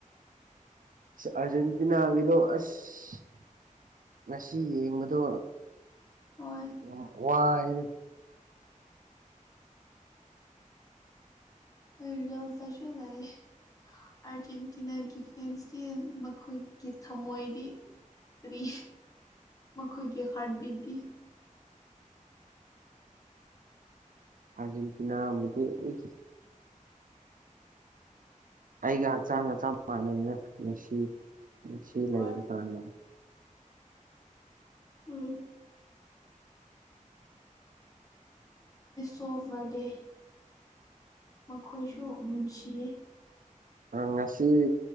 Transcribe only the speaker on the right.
ꯑꯥꯔꯖꯦꯟꯇꯤꯅꯥꯒꯤꯗꯣ ꯑꯁ ꯉꯁꯤ ꯌꯦꯡꯕꯗꯣ
ꯌꯥꯝ ꯋꯥꯏꯌꯦ
ꯑꯥꯔꯖꯦꯟꯇꯤꯅꯥ <inaudible> ꯑꯩꯒꯤ ꯍꯛꯆꯥꯡꯒ ꯆꯞ ꯃꯥꯟꯅꯩꯌꯦ ꯉꯁꯤ ꯉꯁꯤ
ꯂꯩꯕꯗꯥꯏꯅꯦ
ꯑ ꯉꯁꯤ